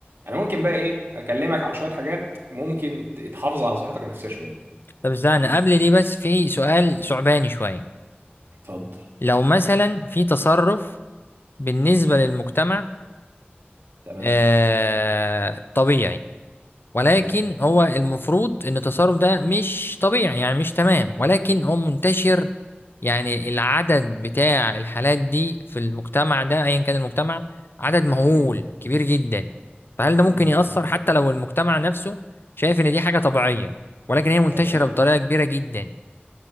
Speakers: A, on the right (about 65°); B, on the left (about 65°).
A: انا ممكن بقى ايه اكلمك عن شويه حاجات ممكن تحافظ على صحتك النفسيه شويه
B: طب استنى قبل دي بس في سؤال صعباني شوية
A: اتفضل
B: لو مثلا في تصرف بالنسبة للمجتمع
A: تمام
B: آه طبيعي ولكن
A: تمام
B: هو المفروض ان التصرف ده مش طبيعي يعني مش تمام ولكن هو منتشر يعني العدد بتاع الحالات دي في المجتمع ده ايا كان المجتمع عدد مهول
A: مم.
B: كبير جدا فهل ده ممكن
A: مم.
B: يأثر
A: تمام
B: حتى لو المجتمع نفسه شايف ان دي حاجة طبيعية ولكن هي منتشرة
A: تمام
B: بطريقة كبيرة جدا